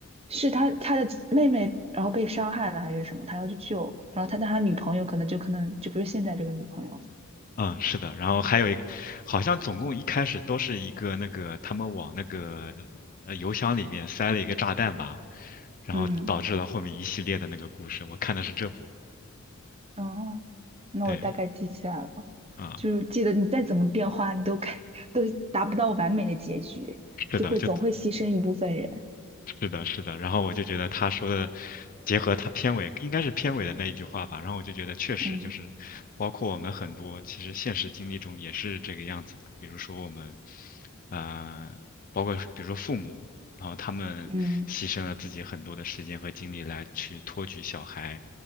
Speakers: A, on the right (about 25°); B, on the left (about 40°).
A: 是他他的妹妹，然后被伤害了还是什么？他要去救，然后他的他女朋友可能就可能就不是现在这个女朋友了。
B: 嗯，是的，然后还有一个，好像总共一开始都是一个那个他们往那个呃邮箱里面塞了一个炸弹吧，然后导致了后面一系列的那个故事。
A: 嗯，
B: 我看的是这部，
A: 哦，那我大概记起来了。
B: 对，啊、
A: 就是记得你再怎么变化，你都该 <laughs> 都达不到完美的结局，
B: 是的，
A: 就会总会牺牲一部分人。
B: 就是的，是的，然后我就觉得他说的，结合他片尾应该是片尾的那一句话吧，然后我就觉得确实就是，
A: 嗯
B: 包括我们很多其实现实经历中也是这个样子的，比如说我们，呃，包括比如说父母，然后他们牺牲了自己很多的时间和精力来去托举小孩，
A: 嗯，